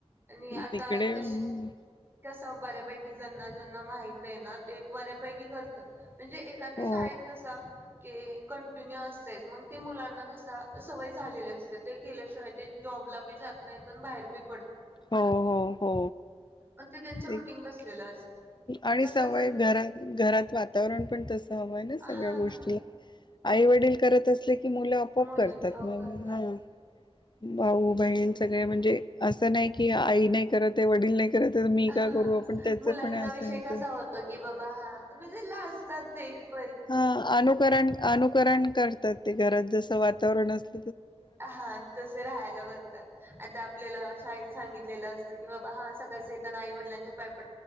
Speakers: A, on the right; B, on the left.
A: आणि
B: तिकडे
A: आता तेस
B: हम्म.
A: कस बऱ्यापैकी जना जना माहित आहे ना, ते बऱ्यापैकी करतात. म्हणजे एखाद्या
B: हो
A: शाळेत कस के कंटिन्यू असते मंग ते मुलांना कसा सवय झालेले असते ते केल्याशिवाय ते जॉब <unintelligible> जात नाही बाहेर बी
B: हो हो हो
A: पण त्यांचं रुटीन
B: ते
A: बसलेलं असतं. पण
B: आणि
A: तसं
B: सवय
A: जर
B: घरात घरात वातावरण पण तस हवंयं ना सगळ्या
A: हा
B: गोष्टी
A: ना
B: आई वडील -- करत असले -- की मुलं आपआप
A: मुलं
B: करतात
A: बी अहो
B: मग
A: करतात.
B: म्हणुन- - भाऊ बहीण सगळे म्हणजे असं -- कि आई नाही करत आहे वडील नाही करत तर मी
A: हा
B: का करू आपण त्याच
A: मुलांचा
B: पण असं
A: विषय कसा
B: तर --
A: होतो की बाबा हा म्हणजे लाजतात ते --
B: हा अनुकरण अनुकरण करतात ते घरात जस -- वातावरण अस --
A: हा तस राहायला बघतात आता आपल्याला शाळेत सांगित -- लेलं असत कि बाबा हा सकाळच येताना आई वडलांच्या पाय पड